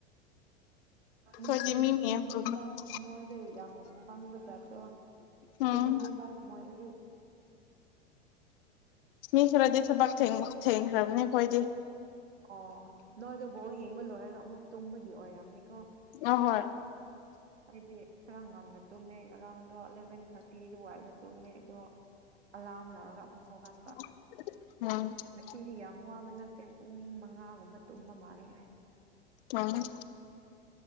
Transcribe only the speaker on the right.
ꯃꯤꯠꯅꯗꯤ
ꯇꯨꯝꯅꯤꯡꯕ
ꯊꯝꯃꯣꯏꯗꯩ ꯌꯥꯝ ꯀꯪꯕ ꯖꯥꯠꯇꯣ꯫
ꯇꯨꯝꯗꯦꯕ ꯊꯃꯣꯏꯗꯗꯤ꯫
ꯑꯣ ꯅꯣꯏꯗꯣ ꯕꯥꯜ ꯌꯦꯡꯕ ꯂꯣꯏꯔꯒ ꯑꯃꯨꯛ ꯇꯨꯝꯕꯒꯤ ꯑꯣꯏꯔꯝꯅꯤꯀꯣ꯫
ꯑꯩꯗꯤ ꯈꯔ ꯉꯟꯅ ꯇꯨꯝꯃꯦ ꯉꯔꯥꯡꯗꯣ ꯑꯦꯂꯚꯦꯟ ꯊꯥꯔꯇꯤ ꯑꯗꯨ ꯋꯥꯏꯗ ꯇꯨꯝꯃꯦ ꯑꯗꯣ ꯑꯂꯥꯔꯝ ꯂꯛꯔꯒ ꯑꯃꯨꯛ ꯍꯧꯒꯥꯠ
ꯉꯁꯤꯗꯤ ꯌꯥꯝ ꯋꯥꯕ ꯅꯠꯇꯦ ꯄꯨꯡ ꯃꯉꯥꯒꯨꯝꯕ ꯇꯨꯝꯕ ꯃꯥꯜꯂꯦ ꯑꯩ꯫